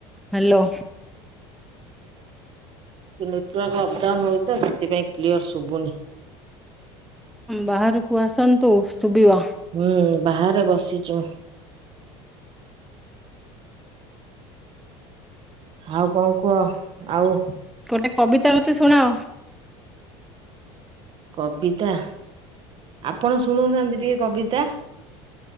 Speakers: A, in the centre; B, on the right.
A: ହ୍ୟାଲୋ।
B: ନେଟୱାର୍କ ଅପଡାଉନ ହଉଚି ତ ସେଥିପାଇଁ କ୍ଲିୟର ଶୁବୁନି।
A: ବାହାରକୁ ଆସନ୍ତୁ ଶୁବିବ।
B: ହୁଁ ବାହାରେ ବସିଛୁ। ଆଉ କଣ କୁହ? ଆଉ
A: ଗୋଟେ କବିତା ମତେ ଶୁଣାଅ।
B: କବିତା ଆପଣ ଶୁଣଉନାହାଁନ୍ତି ଟିକେ କବିତା।